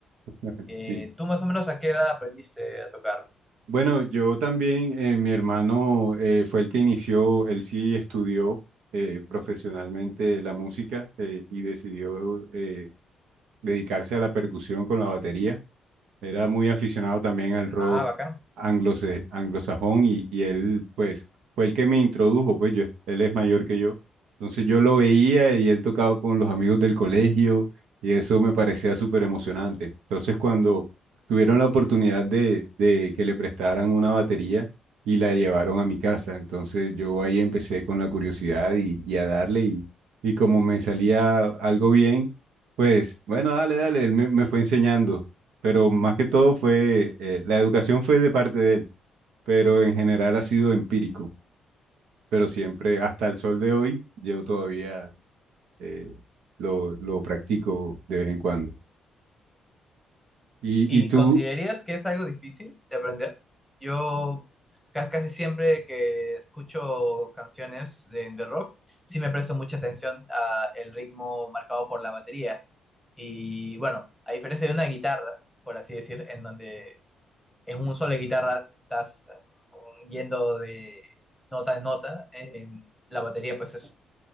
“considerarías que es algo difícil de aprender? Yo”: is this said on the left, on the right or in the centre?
Centre